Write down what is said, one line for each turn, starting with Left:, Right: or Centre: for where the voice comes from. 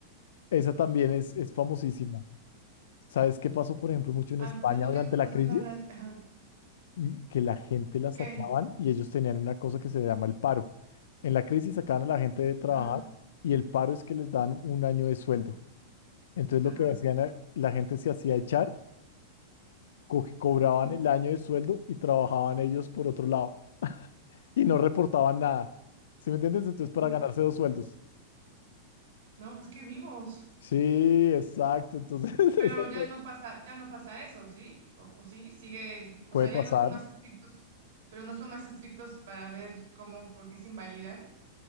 Left: Esa también es, es famosísima. ¿Sabes qué pasó, por ejemplo, mucho en
Right: Am-
Left: España
Right: yo nunca
Left: durante
Right: he conocido
Left: la crisis?
Right: a nadie. Ajá.
Left: Mm, Que la gente la sacaban
Right: ¿Qué?
Left: y ellos tenían una cosa que se llama el paro. En la crisis sacaban a la gente de trabajar
Right: Ajá,
Left: y el paro es que les dan un año de sueldo. Entonces lo
Right: ajá.
Left: que hacían, eh, la gente se hacía echar, co- cobraban
Right: Sí.
Left: el año de sueldo y trabajaban ellos por otro lado. y no reportaban nada. ¿Sí me entiendes? Entonces, para
Right: ¿Cómo
Left: ganarse
Right: que?
Left: dos sueldos.
Right: No, pues qué vivos.
Left: Sí, exacto. Entonces, <laughs>
Right: Pero
Left: eso
Right: ya no pasa, ya no pasa eso, ¿sí? O, o sí, sigue, o
Left: puede
Right: sea,
Left: pasar.
Right: ya no son más estrictos, pero no son más estrictos para ver cómo, por qué se invalidan